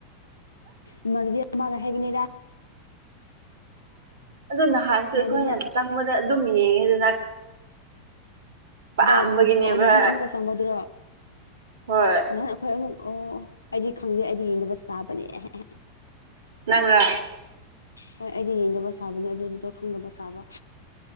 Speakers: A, on the left; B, on the right.
A: ꯏꯃꯥꯟꯅꯕꯤ ꯑꯃꯅ ꯍꯥꯏꯕꯅꯤꯗ
B: ꯑꯗꯨ ꯅꯍꯥꯟꯁꯨ
A: ꯏꯃꯥꯟꯅꯕꯤ
B: ꯑꯩꯈꯣꯏꯅ ꯆꯪꯕꯗ ꯑꯗꯨꯝ ꯌꯦꯡꯉꯦꯗꯅ ꯄꯥꯝꯕꯒꯤꯅꯦꯕ
A: ꯀꯗꯥꯏꯗ ꯆꯪꯕꯔ‌ꯣ ꯅꯍꯥꯟ ꯑꯃꯨꯛꯀ ꯆꯪꯕꯗꯨꯔꯣ
B: ꯍꯣꯏ
A: ꯅꯍꯥꯟ ꯑꯩꯈꯣꯏ ꯑꯃꯨꯛ ꯑꯣ ꯑꯩꯗꯤ ꯈꯪꯗꯦ ꯑꯩꯗꯤ ꯌꯦꯡꯗꯕ ꯁꯥꯕꯅꯦ ꯑꯦꯍꯦꯍꯦ
B: ꯅꯪꯔꯥ
A: ꯍꯣꯏ ꯑꯩꯗꯤ ꯌꯦꯡꯗꯕ ꯁꯥꯕꯅꯦ ꯑꯗꯨꯒꯤꯗ‌ꯣ ꯈꯪꯗꯕ ꯁꯥꯕ